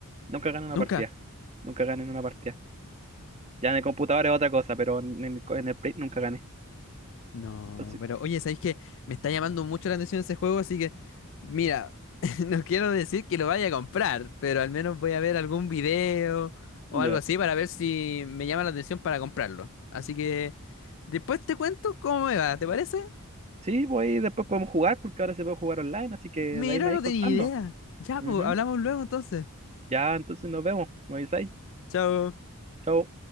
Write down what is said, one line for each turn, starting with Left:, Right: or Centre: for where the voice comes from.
Right: Nunca gané una
Left: ¿Nunca?
Right: partida. Nunca gané en una partida. Ya en el computador es otra cosa, pero en el, co- en el Play nunca gané.
Left: No,
Right: Entonces,
Left: pero oye, ¿sabéis que me está llamando mucho la atención ese juego? Así que, mira, <laughs> no quiero decir que lo vaya a comprar, pero al menos voy a ver algún video o
Right: ya.
Left: algo así para ver si me llama la atención para comprarlo. Así que después te cuento cómo me va, ¿te parece?
Right: Sí, pues ahí después podemos jugar porque ahora se puede jugar online, así que de
Left: Mira,
Right: ahí me
Left: no
Right: vais contando.
Left: tenía idea. Ya,
Right: Ujú.
Left: pues, hablamos luego entonces.
Right: Ya, entonces nos vemos. Me avisáis.
Left: Chao.
Right: Chao.